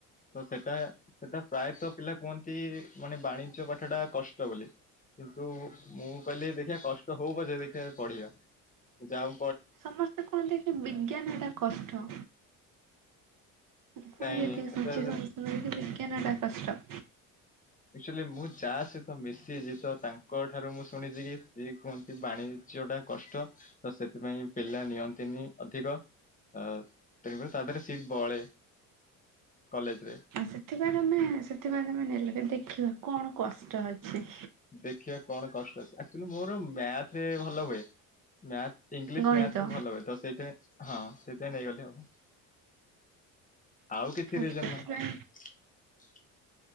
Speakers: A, on the left (about 20°); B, on the right (about 55°).
A: ତ ସେଟା ସେଟା ପ୍ରାୟତଃ ପିଲା କୁହନ୍ତି ମାନେ ବାଣୀ ବାଣିଜ୍ୟ ପାଠ ଟା କଷ୍ଟ ବୋଲି କିନ୍ତୁ ମୁଁ କହିଲି ଦେଖିବା କଷ୍ଟ ହଉ ପଛ ଦେଖିବା ପଢିବା ଯାଉ
B: ସମସ୍ତେ କୁହନ୍ତି କି ବିଜ୍ଞାନ ଏଟା କଷ୍ଟ <unintelligible>
A: ନାଇଁ ସେଟା
B: ବିଜ୍ଞାନ ଟା କଷ୍ଟ
A: ଆଚୁଆଲି ମୁଁ ଯା ସହିତ ମିଶିଛି ତ ତାଙ୍କ ଠାରୁ ମୁଁ ଶୁଣିଛି କି ସିଏ କୁହନ୍ତି ବାଣିଜ୍ୟ ଟା କଷ୍ଟ ତ ସେଥିପାଇଁ ପିଲା ନିଅନ୍ତିନି ଅଧିକ ତେଣୁକରି ତା ଦେହରେ ସିଟ ବଳେ କଲେଜ୍ ରେ
B: ସେଥିପାଇଁ ତମେ ସେଥିପାଇଁ ତମେ ନେଲ କେ ଦେଖିବା କଣ କର କଷ୍ଟ ଅଛି।
A: ଦେଖିବା କଣ କଷ୍ଟ ଅଛି ଆଚ୍ୟୁଆଲି ମୋର ମ୍ୟାଥ ରେ ଭଲ ହୁଏ ମ୍ୟା ଇଂଲିଶ
B: ଗଣିତ
A: ମ୍ୟାଥ ଭଲ ହୁଏ ତ ସେଇଠେ ହଁ। ସେ ନେଇଗଲି ଆଉ। ଆଉ କିଛି ରିଜନ
B: ସେଥିପାଇଁ
A: ନାହିଁ।